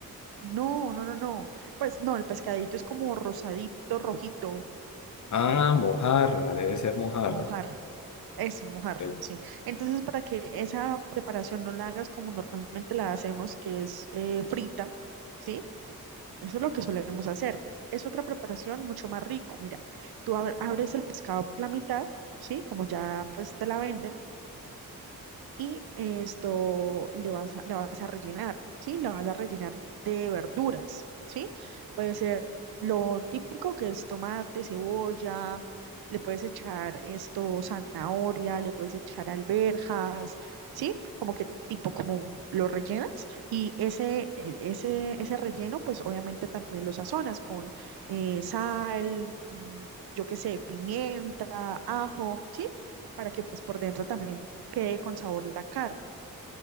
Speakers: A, on the right; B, on the left.
A: No, no, no, no. Pues no, el pescadito es como rosadito, rojito.
B: Ah,
A: mm,
B: mojarra, debe ser mojarra.
A: Mojarra. Eso, mojarra,
B: Ok.
A: sí. Entonces, para que esa preparación no la hagas como normalmente la hacemos, que es eh, frita, ¿sí? Eso es lo que solemos hacer. Es otra preparación mucho más rico. Mira, tú ab- abres el pescado por la mitad, ¿sí? Como ya pues te la venden. y esto le vas a, la vas a rellenar, ¿sí? La vas a rellenar de verduras, ¿sí? Puede ser lo típico que es tomate, cebolla, le puedes echar esto, zanahoria, le puedes echar alberjas, ¿sí? Como que tipo como lo rellenas y ese, eh, ese, ese relleno pues obviamente también lo sazonas con eh, sal, mm, yo qué sé, pimienta, ajo, ¿sí? Para que pues por dentro también quede con sabor a la carne.